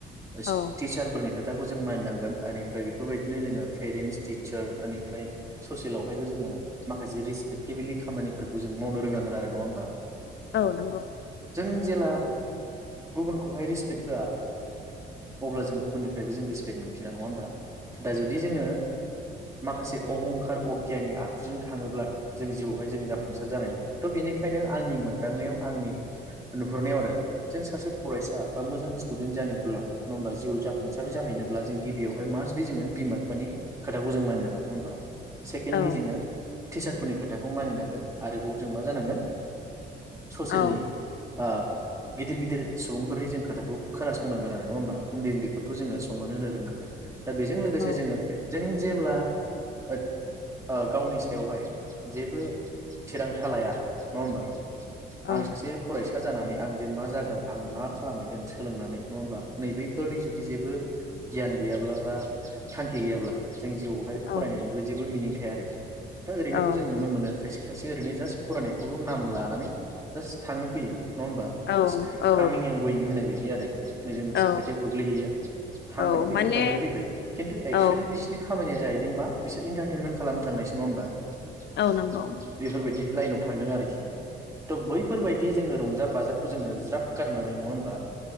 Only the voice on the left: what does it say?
औ
औ नंगौ।
औ
औ
औ
औ
औ
औ
औ
औ
औ
औ
माने
औ
औ
नंगौ